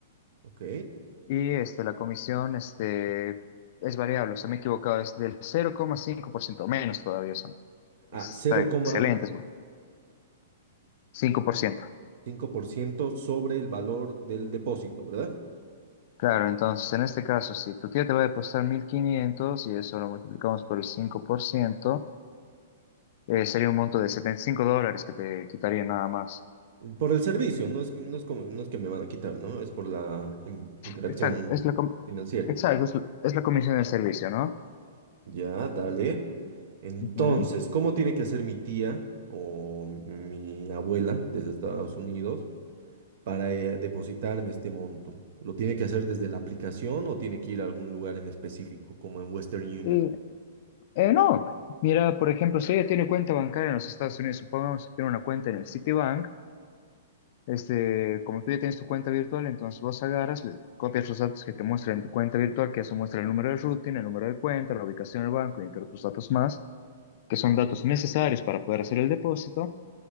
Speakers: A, on the right (about 60°); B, on the left (about 50°).
A: ¿ok?
B: Y este, la comisión este, es variable, o sea, me he equivocado, es del cero coma cinco por ciento menos todavía son.
A: Ah,
B: Está
A: cero
B: excelentes,
A: coma
B: bro. cinco por ciento
A: cinco por ciento sobre el valor del depósito, ¿verdad?
B: Claro, entonces en este caso, si tu tío te va a depositar 1.500 y eso lo multiplicamos por el 5%, eh, sería un monto de setenta y cinco dólares que te quitaría nada más.
A: Por el servicio, no es, que- no es como, no es que me van a quitar, ¿no? Es por la in- interacción
B: Exacto, es la, com-
A: financiera.
B: exacto, es la, es la comisión del servicio, ¿no?
A: Ya, dale. Entonces,
B: Ujú.
A: ¿cómo tiene que hacer mi tía o mi abuela desde Estados Unidos para eh, depositarme este monto? ¿Lo tiene que hacer desde la aplicación o tiene que ir a algún lugar en específico, como en Western Union?
B: Y, eh, no, mira, por ejemplo, si ella tiene cuenta bancaria en los Estados Unidos, supongamos que tiene una cuenta en el Citibank, Este, como tú ya tienes tu cuenta virtual, entonces vos agarras, le copias los datos que te muestra en tu cuenta virtual, que eso muestra el número de routing, el número de cuenta, la ubicación del banco y entre otros datos más, que son datos necesarios para poder hacer el depósito.